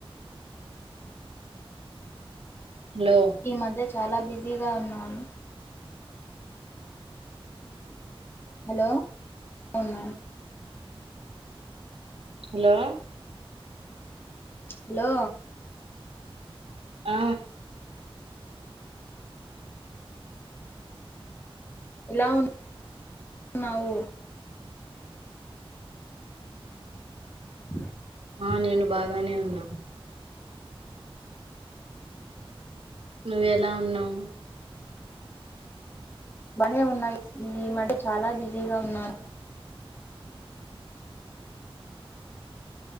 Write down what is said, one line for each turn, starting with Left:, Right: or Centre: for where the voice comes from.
Right: హలో
Left: ఈ మధ్య చాలా బిజీగా ఉన్నాను హలో ఫను మ్యాడం
Right: హలో
Left: హలో
Right: ఆ
Left: ఎలా ఉన్నావు బ
Right: ఆ నేను బాగానే ఉన్నా నువ్వ ఎలా ఉన్నావు
Left: బనే ఉన్నాయి ఈ మంట చాలా బిజీగా ఉన్నాను